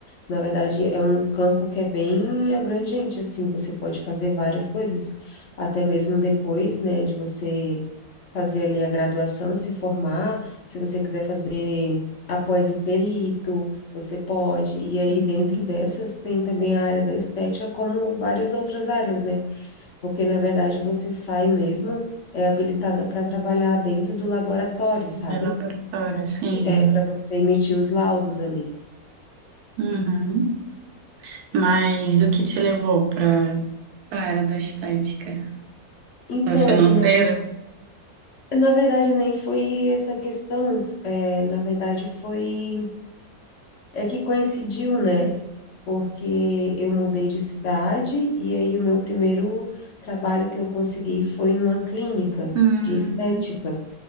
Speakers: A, on the left; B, on the right.
A: Na verdade, é um campo que é bem abrangente, assim, você pode fazer várias coisas, até mesmo depois, né, de você fazer ali a graduação, se formar, se você quiser fazer após em perito, você pode. E aí,
B: Uhum.
A: dentro dessas, tem também a área da estética, como várias outras áreas, né? porque na verdade você sai mesmo é habilitada para trabalhar dentro do laboratório, sabe?
B: De laboratório,
A: Para você,
B: sim.
A: é, para você emitir os laudos ali.
B: Uhum. Mas o que te levou para para a área da estética?
A: Então,
B: É financeiro?
A: é que na, ver- na verdade nem foi essa questão, é, na verdade foi, é que coincidiu, né? Porque eu mudei de cidade e aí o meu primeiro trabalho que eu consegui foi numa clínica
B: Hum,
A: de estética.